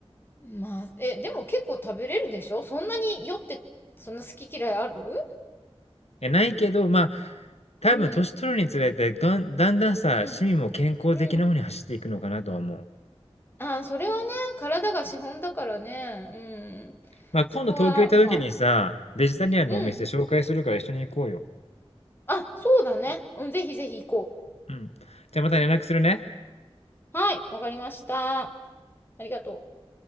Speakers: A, on the left; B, on the left.
A: まあ、え、でも結構食べれるでしょそんなに酔って、そんな好き嫌いある
B: え、ないけど、まあ、多分年取るにつれて、
A: うん。
B: だんだんだんさ、
A: うん。
B: 趣味も健康的な方に走っていくのかなとは思う。
A: うん。ああ、それはね、体が資本だからね。うん。
B: まあ、今度東京行った時にさ、
A: そこは、まあ、
B: ベジタリアンのお店紹介するから一緒に行こうよ。
A: うん。あ、そうだね。うん、ぜひぜひ行こ
B: うん。じゃあまた連絡するね。
A: う。はい、わかりました。ありがとう。